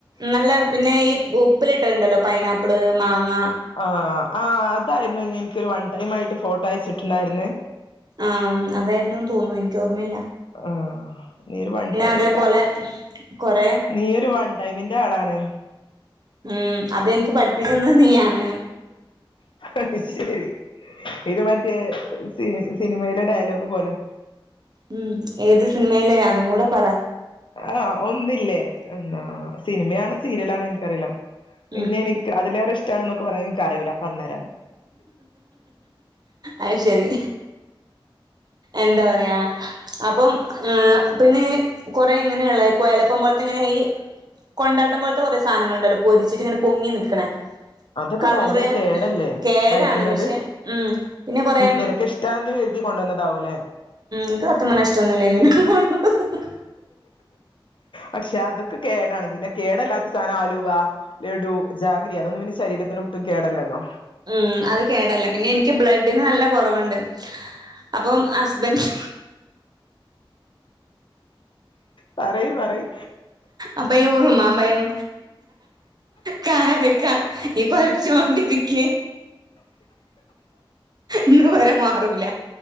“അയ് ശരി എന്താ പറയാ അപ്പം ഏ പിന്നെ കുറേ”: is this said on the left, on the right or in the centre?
Right